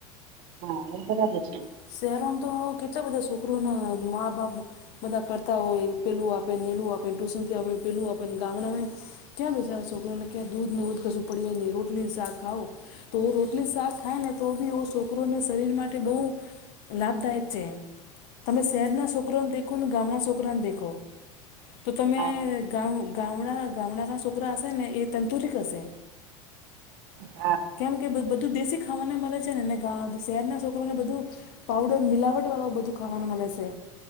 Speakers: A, on the right (about 45°); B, on the left (about 50°).
A: હા એ બ <inaudible>
B: <unintelligible> શહેરો મ તો કેટલા બધા છોકરો ના મા બાપ, બધા કરતા હોય પેલું આપે ને એલું આપેને ટુશન થી પેલું આપેને ગામડા આવે, ક્યાં બેસાાવો છોકરોને ક્યાં દૂધ ને ઉધ કશું પડી હોય ન રોટલી ને શાક ખાવુ, તો રોટલી શાક ખાય ને તો બી ઓ છોકરોને શરીર માટે બહુ, લાભદાયક છે. તમે છોકરાને દેખો ને ગામના દેખો તો તમે
A: હા
B: ગામ, ગામડા ગામડાના છોકરા હશે એ તંદુરસ્ત હશે.
A: હા
B: કેમ કે બધું દેશી ખાવાના મળે છે નેને ગ શહેરના છોકરોને બધું, પાવડર મિલાવટવાળા બધુ ખાવાનું મળે છે